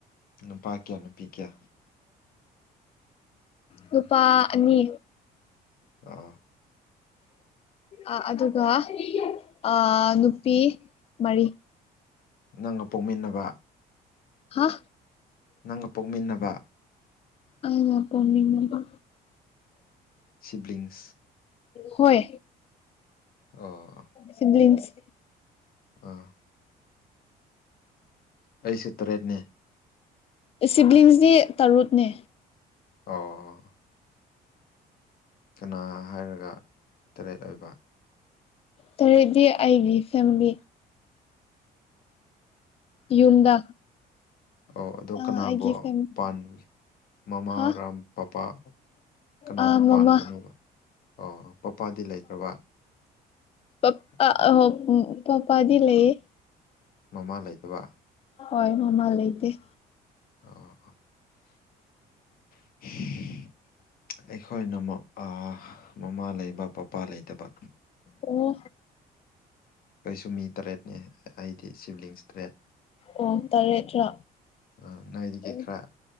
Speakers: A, on the left; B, on the left.
A: ꯅꯨꯄꯥ ꯀ꯭ꯌꯥ ꯅꯨꯄꯤ ꯀ꯭ꯌꯥ
B: ꯅꯨꯨꯄꯥ ꯑꯅꯤ
A: ꯑꯥ
B: ꯑ ꯑꯗꯨꯒ ꯑ ꯅꯨꯄꯤ ꯃꯔꯤ
A: ꯅꯪꯒ ꯄꯣꯛꯃꯤꯟꯅꯕ
B: ꯍꯥ
A: ꯅꯪꯒ ꯄꯣꯛꯃꯤꯟꯅꯕ
B: ꯑꯩꯒ ꯄꯣꯛꯃꯤꯟꯅꯕ
A: ꯁꯤꯕ꯭ꯂꯤꯡꯁ
B: ꯍꯣꯏ
A: ꯑꯣ
B: ꯁꯤꯕ꯭ꯂꯤꯡꯁ
A: ꯑꯥ ꯑꯩꯁꯨ ꯇꯔꯦꯠꯅꯦ
B: ꯑꯦ ꯁꯤꯕ꯭ꯂꯤꯡꯁꯗꯤ ꯇꯔꯨꯠꯅꯦ
A: ꯑꯣ ꯀꯅꯥ ꯍꯥꯏꯔꯒ ꯇꯔꯦꯠ ꯑꯣꯏꯕ꯫
B: ꯇꯔꯦꯠꯗꯤ ꯑꯩꯒꯤ ꯐꯦꯃꯤꯂꯤ ꯌꯨꯝꯗ
A: ꯑꯧ ꯑꯗꯣ
B: ꯑꯩꯒꯤ
A: ꯀꯅꯥꯕꯨ
B: ꯐꯦꯃꯤꯂꯤ
A: ꯄꯥꯟ ꯃꯃꯥꯔꯥꯝ
B: ꯍꯥ
A: ꯄꯄꯥ ꯀꯅꯥꯕꯨ
B: ꯑ ꯃꯃꯥ
A: ꯄꯥꯟꯕꯅꯣꯕ ꯑꯣ ꯄꯄꯥꯗꯤ ꯂꯩꯇ꯭ꯔꯕ
B: ꯄꯥꯄꯥꯗꯤ
A: ꯑꯣ
B: <unintelligible> ꯄꯥꯄꯥꯗꯤ ꯂꯩꯌꯦ
A: ꯃꯃꯥ ꯂꯩꯇꯕ
B: ꯍꯣꯏ ꯃꯃꯥ ꯂꯩꯇꯦ
A: <inaudible> <unintelligible> ꯑꯩꯈꯣꯏꯅꯃꯨꯛ ꯑ ꯃꯥꯃꯥ ꯂꯩꯕ ꯄꯄꯥ ꯂꯩꯇꯕ
B: ꯑꯣ
A: ꯑꯩꯁꯨ ꯃꯤ ꯇꯔꯦꯠꯅꯤ ꯑꯩꯗꯤ ꯁꯤꯕ꯭ꯂꯤꯡꯁ ꯇꯔꯦꯠ
B: ꯑꯣ ꯇꯔꯦꯠꯔꯥ
A: ꯑ ꯅꯣꯏꯗꯒꯤ
B: ꯑꯣ
A: ꯈ꯭ꯔ